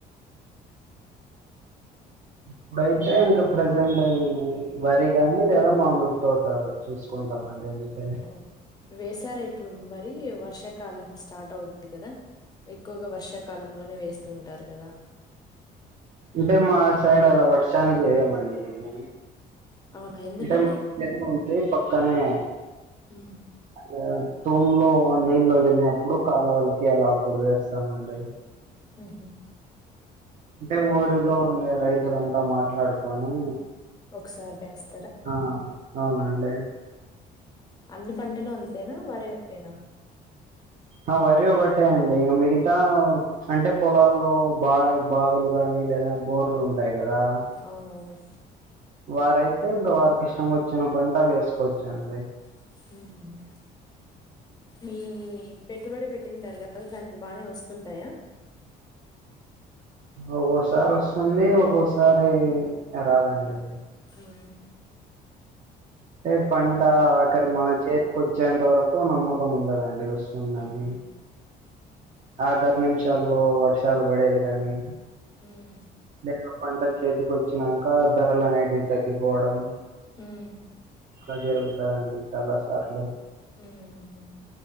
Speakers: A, on the right; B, on the left.
A: ఇప్పుడైతే ఇంకా ప్రెజెంట్ అయింది వరి గాని లేదా మామిడి తోట చూసుకుంటామండి అంతే
B: ఓ వేశారా ఇప్పుడు వరి వర్షాకాలం స్టార్ట్ అవుతుంది కదా ఎక్కువగా వర్షాకాలంలోనే వేస్తూ ఉంటారు కదా
A: అంటే మా సైడ్ అలా వర్షానికి వేయమండి మేము
B: అవునా ఎందుకండి
A: అంటే మా దేన్వ ఉంది పక్కనే
B: ఉ
A: అంటే తూమ్లో నీళ్ల్లో వదిలినప్పుడు కాలువళ్లకి అలా అప్పుడు వేస్తామండి
B: ఉహు
A: అంటే ఊరిలో ఉండే రైతులంతా మాట్లాడుకొని
B: ఒకసారి వేస్త
A: ఆ అవునండి
B: అన్ని పంటలు అంతేనా వరి ఒకటేనా
A: ఆ వరి ఒకటే అండి ఇంక మిగతా అంటే పొలాల్లో బా బావులు గాని లేదా బోర్లు ఉంటాయి కదా
B: అవునవును
A: వారైతే ఇంకా వారికి ఇష్టం వచ్చిన పంట వేసుకోవచ్చండి
B: ఉహు మీ పెట్టుబడి పెట్టిన తర్వాత దానికి బానే వస్తుంటాయా
A: ఒక్కోకసారి వస్తుంది ఒక్కోక్కసారి రాదండి
B: ఉమ్
A: ఏ పంట ఆఖరి మన చేతికి ఓచ్చేంత వరకు నమ్మకం ఉండదండి వస్తుందని
B: ఉమ్
A: ఆఖరి నిమిషాల్లో వర్షాలు పడేది గానీ
B: ఉమ్
A: లేక పంట చేతికి వచ్చినంక ధరలు అనేటివి తగ్గిపోవడం
B: హుమ్
A: ఇట్లా జరుగుతయండి చాలా సార్లు
B: హుమ్